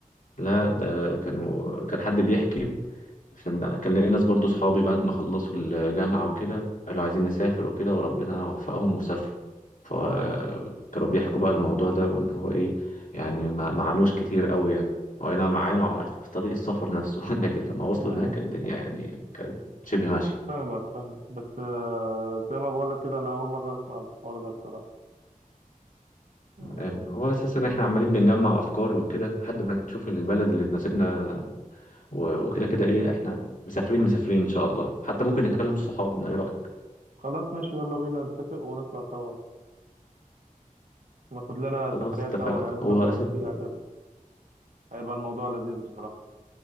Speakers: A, on the left (about 60°); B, on the right (about 65°).
A: لا ده كانوا كان حد بيحكي عشان كان ليا ناس برضو صحابي بعد ما خلصوا الجامعة وكده قالوا عايزين نسافر وكده وربنا وفقهم وسافروا فكانوا
B: م- م-
A: بيحكوا بقى الموضوع ده وإن هو إيه يعني ما ما عانوش كتير قوي يعني هو أي نعم معانا في طريق السفر نفسه <laughs> لكن لما وصلوا
B: م- م.
A: هناك الدنيا يعني كانت شبه ماشية
B: فاهمك فاهمك بس آه، زي ما بقولك كده أنا أول مرة أسمع الحوار ده بصراحة آه،
A: أم، هو أساسا إحنا عمالين بنجمع أفكار وكده لحد ما نشوف البلد اللي تناسبنا و- وكده كده إيه إحنا مسافرين مسافرين إن شاء الله حتى ممكن نكلم صحابنا إيه رأيك؟
B: خلاص ماشي يلا بينا نتفق ونطلع سوا ناخد لنا
A: خلاص
B: سفرية
A: اتفقنا
B: سوا يعني
A: هو
B: نفصل
A: أساسا
B: فيها كده هيبقى الموضوع لذيذ بصراحة